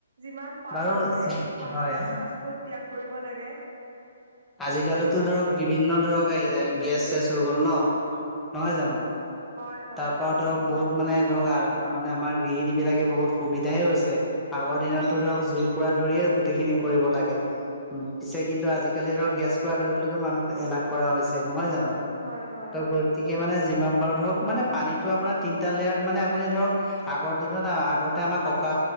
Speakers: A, on the right (about 60°); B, in the centre.
A: যিমান পাৰো
B: বাৰু
A: মানে
B: যি
A: বাহিৰা
B: হয়
A: ফাষ্ট ফুড ত্যাগ কৰিব লাগে।
B: আজিকালিটো ধৰক বিভিন্ন ধৰক আহি যাই, গেছ-চেছ হৈ গল ন নহয় জানো।
A: হয় হয়
B: তাৰ পৰা ধৰক বহুত মানে ধৰক মানে আমাৰ গৃহিণী বিলাকে বহুত সুবিধাই হৈছে। আগৰ দিনতো ধৰক জুইকুৰা ধৰিয়ে গোটেইখিনি কৰিব লাগে। উ পিছে কিন্তু আজিকালি ধৰক গেছ কৰাুৰা ধৰিবলৈকো মানুহক এলাহ কৰা হৈছে নহয় জানো।
A: হয়, হয়।
B: ত' গতিকে মানে যিমান পাৰোঁ ধৰক মানে পানীটো আপোনাৰ তিনিটা লেয়াৰত মানে আপুনি ধৰক আগৰ দিনত আগতে আমাৰ ককা